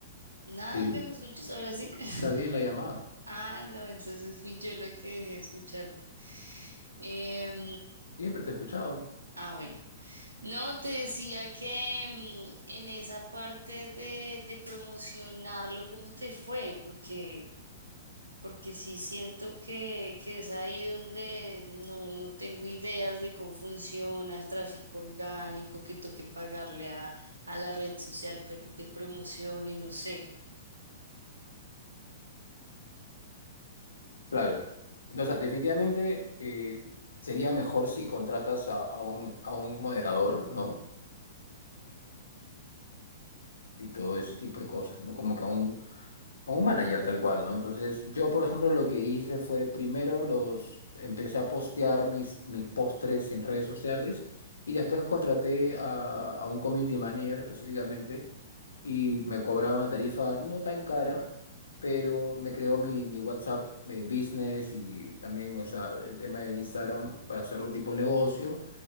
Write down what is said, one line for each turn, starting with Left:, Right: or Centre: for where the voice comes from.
Right: Nada
Left: sí,
Right: que me escuches, ahora sí. <laughs>
Left: está bien la llamada.
Right: Ah, no, entonces fui yo la que dejé de escucharte. Em,
Left: Siempre te he escuchado.
Right: ah, bueno. No, te decía que em, en esa parte de, de promocionarlo, ¿cómo te fue? Porque, porque sí siento que, que es ahí donde no, no tengo ideas de cómo funciona el tráfico orgánico, que toque pagarle a, a la red social para que te promocione, no sé.
Left: Claro. No, o sea, definitivamente eh, sería mejor si contratas a, a un, a un moderador, ¿no? Y todo ese tipo de cosas, ¿no? Como que a un, A un manager tal cual, ¿no? Entonces, yo, por ejemplo, lo que hice fue primero los empecé a postear mis, mis postres en redes sociales y después contraté a, a un community manager específicamente y me cobraba una tarifa no tan cara, pero me creó mi, mi WhatsApp eh, business y también, o sea, el tema de Instagram para hacerlo tipo negocio.